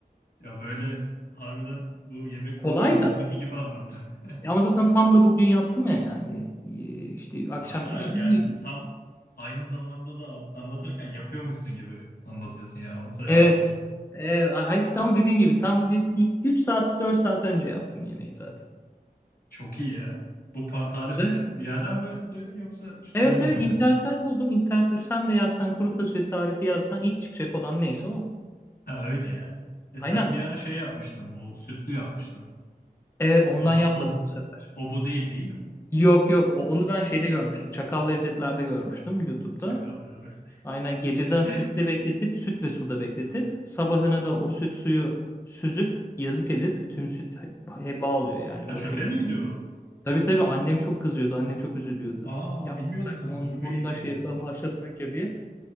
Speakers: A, on the left (about 70°); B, on the left (about 15°).
A: Ya böyle harbiden bu yemek
B: Kolay
A: programlarındaki
B: da.
A: gibi anlattın. <laughs>
B: E Ama zaten tam da bugün yaptım ya yani E, işte akşam
A: Hayır hayır
B: yemeğini
A: yani
B: yedim.
A: tam aynı zamanda da an- anlatırken yapıyormuşsun gibi anlatıyorsun ya onu söylemeye
B: Evet.
A: çalışıyorum.
B: Evet. a- işte ama dediğim gibi tam bir 3 saat 4 saat önce yaptım yemeği zaten.
A: Çok iyi ya. Bu pa- tarifi
B: Güzel.
A: bir yerden mi duydun yoksa
B: Evet
A: kendin
B: evet
A: mi uydurdun?
B: internetten buldum. İnternette sen de yazsan kuru fasulye tarifi yazsan ilk çıkacak olan neyse o.
A: Ha öyle yani. E sen
B: Aynen.
A: bir ara şey yapmıştın bu sütlü yapmıştın.
B: Evet ondan
A: O,
B: yapmadım
A: o,
B: bu sefer.
A: o bu değil değil mi?
B: Yok yok o- onu ben şeyde görmüştüm. Çakal Lezzetler'de görmüştüm YouTube'da.
A: Şakal dedi.
B: Aynen geceden
A: <laughs>
B: sütte bekletip süt ve suda bekletip sabahına da o süt suyu süzüp yazık edip tüm süt he- heba oluyor yani
A: Ha
B: boşa
A: çöpe
B: gidiyor.
A: mi gidiyor o?
B: Tabii tabii annem çok kızıyordu. Annem çok üzülüyordu.
A: Aa
B: Yapsak
A: bilmiyordum ben
B: mı
A: onun
B: onu
A: çöpe
B: bununla
A: gittiğini.
B: şey yapalım haşlasak ya diye.